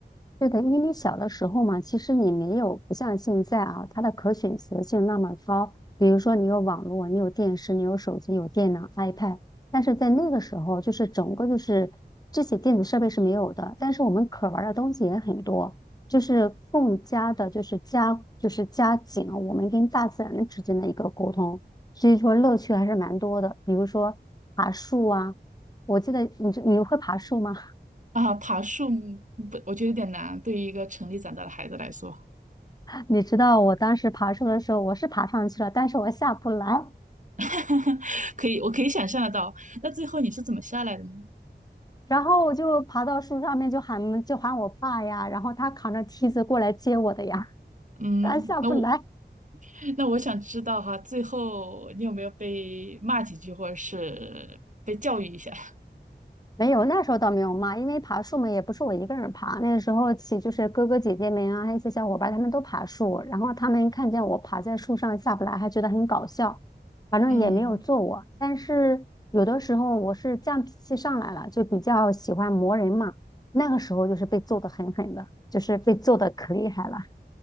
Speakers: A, on the left (about 20°); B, on the right (about 45°).
A: 对的，因为你小的时候嘛，其实你没有不像现在啊，它的可选择性那么高。比如说，你有网络，你有电视，你有手机，有电脑、iPad。但是在那个时候，就是整个就是这些电子设备是没有的，但是我们可玩的东西也很多，就是更加的，就是加，就是加紧了我们跟大自然之间的一个沟通。所以说，乐趣还是蛮多的。比如说爬树啊，我记得你你会爬树吗？
B: 啊。爬树嗯不，我觉得有点难，对于一个城里长大的孩子来说。
A: 你知道我当时爬树的时候，我是爬上去了，但是我下不来。
B: <laughs> 可以，我可以想象得到。那最后你是怎么下来的呢？
A: 然后我就爬到树上面，就喊就喊我爸呀，然后他扛着梯子过来接我的呀，
B: 嗯，
A: 他下不来。
B: 那我那我想知道哈，最后你有没有被骂几句，或者是被教育一下？<laughs>
A: 没有，那时候倒没有骂，因为爬树嘛，也不是我一个人爬。那个时候起就是哥哥姐姐们啊，还有一些小伙伴，他们都爬树，然后他们看见我爬在树上下不来，还觉得很搞笑，反正也没有揍我。
B: 嗯，
A: 但是有的时候我是犟脾气上来了，就比较喜欢磨人嘛，那个时候就是被揍得狠狠的，就是被揍得可厉害了。